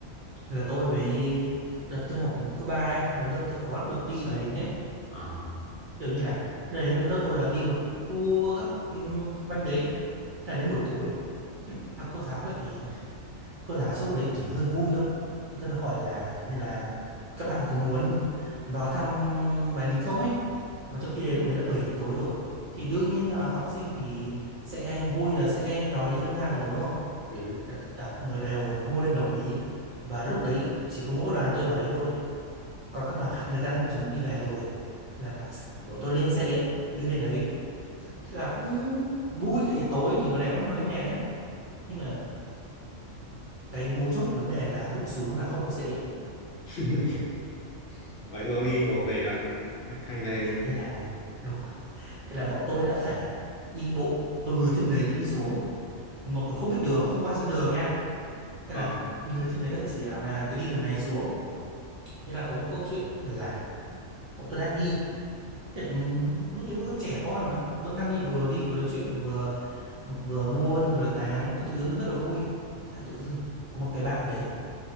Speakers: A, on the right (about 55°); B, on the left (about 65°).
A: là tôi với đợt tôi học cấp ba ấy là lớp tôi có được đi Bái Đính ấy
B: à
A: kiểu như là đấy lớp tôi là đi một tour các ừ, quanh đấy thế là đến buổi tối là cô giáo lại cô giáo trong lúc đấy chỉ hơi vui thôi cô giáo hỏi là kiểu như là các bạn có muốn <laughs> vào thăm Bái Đính không ấy mà trong khi đấy lúc đấy là 7 giờ tối rồi thì đương nhiên là học sinh thì sẽ vui là sẽ đòi đi tham gia rồi đúng không
B: ừ.
A: thế là tất cả mọi người đều hô lên đồng ý và lúc đấy chỉ có mỗi đoàn tôi vào đấy thôi còn các đoàn khác người ta đang chuẩn bị đi về rồi là bọn tôi lên xe điện đi lên đấy thế là cũng vui tại vì tối nhìn nó đẹp lắm nó lên đèn á nhưng mà cái mấu chốt vấn đề là lúc xuống là không có xe điện
B: <laughs> vậy tụi ông đi bộ về à H- hay là
A: thế là đúng rồi. thế là bọn tôi đã phải đi bộ từ trên đấy đi xuống mà còn không biết đường không ai dẫn đường nha Nên
B: ờ,
A: là người trên đấy người ta chỉ là à, cái đi đường này xuống. Thế là có một câu chuyện là bọn tôi đang đi. Thế ừm, lúc ấy vẫn còn trẻ con mà vẫn đang đi vừa đi vừa nói chuyện vừa vừa buôn rồi tám các thứ rất là vui. Thế là tự dưng có một cái bạn đấy